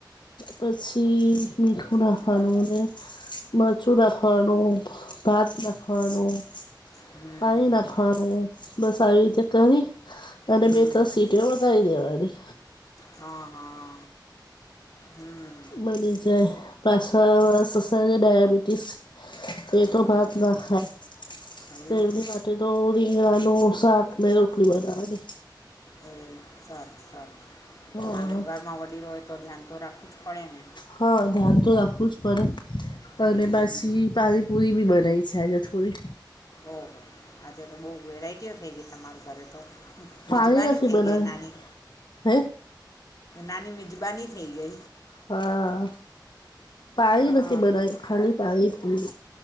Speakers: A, on the left; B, on the left.
A: પછી મીઠું નાખાવાનું અને મરચું નાખવાનું ભાત નાખવાનું
B: હમ
A: પાણી
B: હમ
A: નાખવાનું બસ આવી રીતે કરી અને
B: હમ હમ
A: બે ત્રણ સીટી વધારી દેવાની
B: હા હા હમ
A: બની જાય પાછળ વાળા સુસા ડાયાબી ટીસ તો એ
B: હા
A: તો ભાત ના ખાય
B: એવું
A: તો એમની માટે તો રીંગણાનું સાકને રોટલી બનાવાની
B: એ સારું સારું
A: હા
B: હવે ઘરમાં વડીલો હોય તો ધ્યાન તો રાખવું જ પડે ને.
A: હા ધ્યાન તો રાખવું જ પડે
B: હમ
A: અને પછી પાણીપુરી બી બનાવી અચછાજ થોડી
B: ઓહ આજે તો બહુ વેરાયટીઓ થઈ ગઈ તમારા ઘરે તો.
A: પાણી
B: મિજબાની
A: નથી
B: થઈ
A: બનાવ્યું
B: ગઈ નાની.
A: હે
B: નાની મિજબાની થઈ ગઈ.
A: હા પાળી
B: હા
A: નથી બનાવી ખાલી પાળી પી